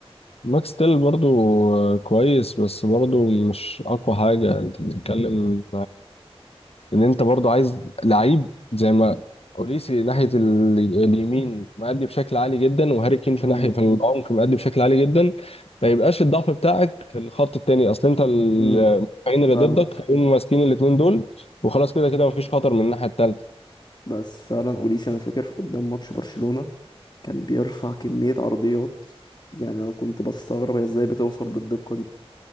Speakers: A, on the left; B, on the left.
A: ماكس تيل برضو آه، كويس بس برضو مش اقوى حاجة انت بتتكلم ان انت برضو عايز لعيب زي ما اوريسي ناحيه ال- اليمين مأدي بشكل عالي جدا وهاري كين في
B: امم
A: ناحيه في العمق مأدي بشكل عالي جدا ما يبقاش الضعف بتاعك في الخط التاني اصل انت المدافعين
B: امم
A: اللي
B: فاهمك
A: ضدك هيقوموا ماسكين الاثنين دول وخلاص كده كده مفيش خطر من الناحيه التالته
B: بس فعلا أوليس أنا فاكر في قدام ماتش برشلونة كان بيرفع كمية عرضيات يعني أنا كنت بستغرب هي إزاي بتوصل بالدقة دي